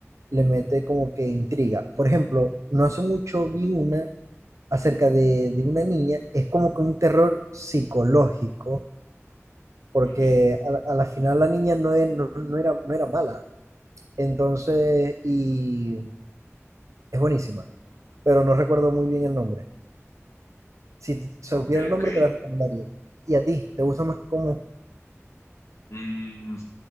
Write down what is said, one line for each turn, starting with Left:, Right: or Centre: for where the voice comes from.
Right: le mete como que intriga. Por ejemplo, no hace mucho vi una acerca de, de una niña, es como que un terror psicológico, porque
Left: Ujú.
Right: a, la a la final la niña no, es, no no era, no era mala. Entonces, y Es buenísima, pero no recuerdo muy bien el nombre. Si te supiera
Left: Ok,
Right: el
Left: ok.
Right: nombre, te la recomendaría. ¿Y a ti? ¿Te gusta más cómo
Left: Mm,